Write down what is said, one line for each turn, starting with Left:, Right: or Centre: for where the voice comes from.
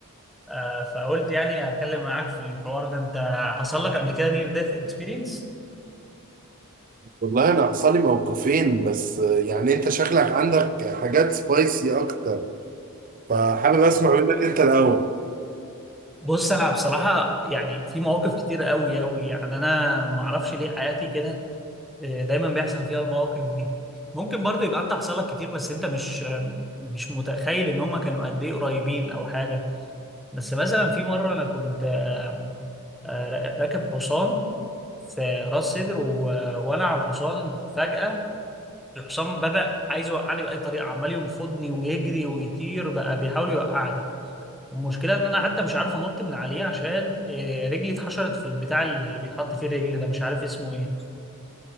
Centre: آه، فقلت يعني اتكلم معاك في الحوار ده انت حصل لك قبل كده نير ديث اكسبيرينس
Right: والله انا حصل لي موقفين بس يعني انت شكلك عندك حاجات سبايسي اكتر فحابب اسمع منك انت الاول
Centre: بص انا بصراحه يعني في مواقف كتير قوي قوي يعني انا ما اعرفش ليه حياتي كده آه، دايما بيحصل فيها المواقف دي ممكن برضه يبقى انت حصل لك كتير بس انت مش مش متخيل ان هم كانوا قد ايه قريبين او حاجه بس مثلا في مره انا كنت آه، آه، راكب حصان في راس سدر و... وانا على الحصان فجاه الحصان بدا عايز يوقعني باي طريقه عمال ينفضني ويجري ويطير بقى بيحاول يوقعني والمشكله ان انا حتى مش عارف انط من عليه عشان آه، رجلي اتحشرت في البتاع اللي بيتحط فيه الرجل ده مش عارف اسمه ايه